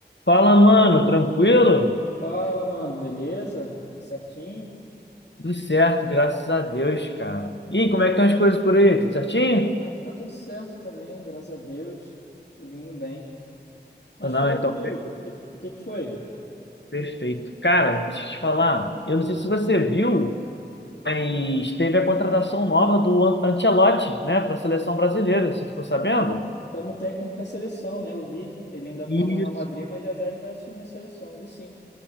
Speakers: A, on the left; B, on the left.
A: Fala, mano, tranquilo?
B: Fala, mano, beleza? Tudo certinho?
A: Tudo certo, graças a Deus, cara. E como é que estão as coisas por aí? Tudo certinho?
B: Aqui tá tudo certo também, graças a Deus, tudo indo bem. Mas
A: Ah, Não,
B: fala
A: então,
B: comigo,
A: per-
B: o que, que que que foi?
A: perfeito. Cara, deixa eu te falar, eu não sei se você viu, mas teve a contratação nova do An- Ancelotti, né, para a seleção brasileira. Você ficou sabendo?
B: Como técnico da seleção, né? Eu vi, ele ainda tá
A: Isso.
B: no Real Madrid, mas já já ele vai assumir a seleção, vi sim.